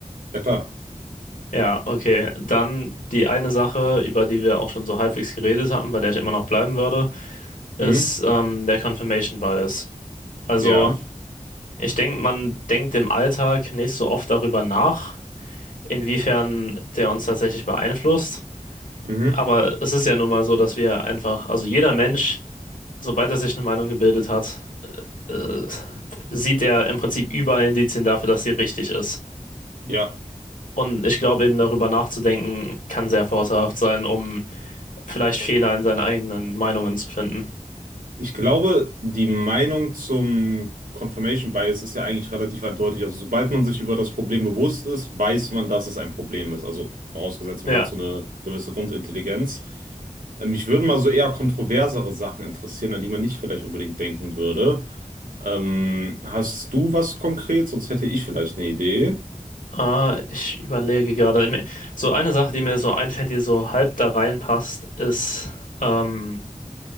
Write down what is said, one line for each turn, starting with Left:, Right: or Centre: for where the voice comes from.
Right: Ja, klar.
Left: Ja, okay. Dann die eine Sache, über die wir auch schon so halbwegs geredet hatten, bei der ich immer noch bleiben würde, ist
Right: Hm?
Left: ähm, der Confirmation Bias. Also
Right: Ja.
Left: ich denke, man denkt im Alltag nicht so oft darüber nach, inwiefern der uns tatsächlich beeinflusst.
Right: Mhm.
Left: Aber es ist ja nun mal so, dass wir einfach, also jeder Mensch, sobald er sich eine Meinung gebildet hat, äh, sieht er im Prinzip überall Indizien dafür, dass sie richtig ist.
Right: Ja.
Left: Und ich glaube, eben darüber nachzudenken, kann sehr vorteilhaft sein, um vielleicht Fehler in seinen eigenen Meinungen zu finden.
Right: Ich glaube, die Meinung zum Confirmation Bias ist ja eigentlich relativ eindeutig. Also, sobald man sich über das Problem bewusst ist, weiß man, dass es ein Problem ist. Also, vorausgesetzt,
Left: Ja,
Right: man hat so eine gewisse Grundintelligenz. Ähm, Mich würden mal so eher kontroversere Sachen interessieren, an die man nicht vielleicht unbedingt denken würde. Ähm, hast du was konkret? Sonst hätte ich vielleicht eine Idee.
Left: äh, ich überlege gerade. Mir- So eine Sache, die mir so einfällt, die so halb da reinpasst, ist ähm,